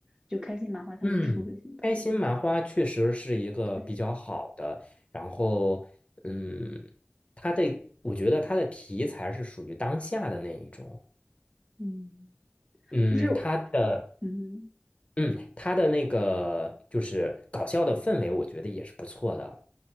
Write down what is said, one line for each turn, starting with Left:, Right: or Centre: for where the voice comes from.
Right: 就开心麻花他们出的。
Left: 嗯，开心麻花确实是一个比较好的，
Right: 对，
Left: 然后嗯，他的我觉得他的题材是属于当下的那一种，
Right: 嗯，
Left: 嗯，
Right: 就是，
Left: 他的
Right: 嗯，
Left: 嗯他的那个就是搞笑的氛围，我觉得也是不错的，